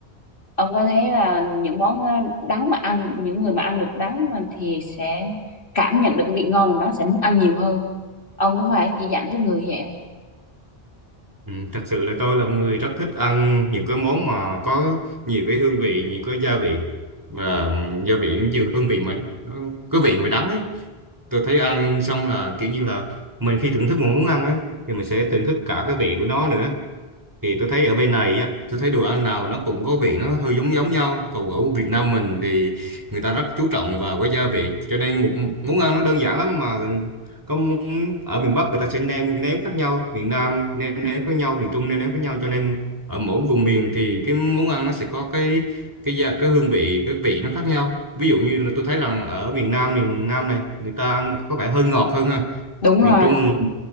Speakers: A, on the left; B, on the right.
A: ông có thấy là những món ờ, đắng mà ăn những người mà ăn được đắng mà thì sẽ cảm nhận được cái vị ngon của nó sẽ muốn ăn nhiều hơn ông có phải dị dạng tiếp người như vậy không
B: Ừ, thật sự là tôi là một người rất thích ăn những cái món mà có nhiều cái hương vị, nhiều cái gia vị và ừm, gia vị nó nhiều hương vị mà nó có vị mà đắng ấy. Tôi thấy ăn xong là kiểu như là mình khi thưởng thức một món ăn ấy thì mình sẽ thưởng thức cả cái vị của nó nữa thì tôi thấy ở bên này á tôi thấy đồ ăn nào nó cũng có vị nó hơi giống giống nhau còn ở Việt Nam mình thì người ta rất chú trọng vào cái gia vị cho nên một món ăn nó đơn giản lắm mà có ở miền Bắc người ta sẽ nêm nếm khác nhau miền Nam nêm nếm với nhau miền Trung nêm nếm với nhau cho nên ở mỗi vùng miền thì cái món ăn nó sẽ có cái cái gia cái hương vị cái vị nó khác nhau ví dụ như là tôi thấy rằng ở miền Nam miền Nam này người ta ăn có vẻ hơi ngọt hơn ha
A: đúng
B: miền
A: rồi
B: Trung mình-